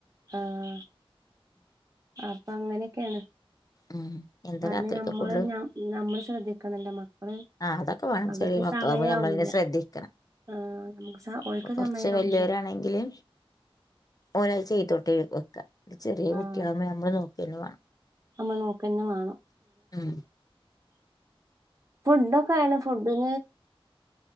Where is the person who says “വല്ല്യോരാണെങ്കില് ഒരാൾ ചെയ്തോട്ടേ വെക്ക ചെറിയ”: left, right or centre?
Left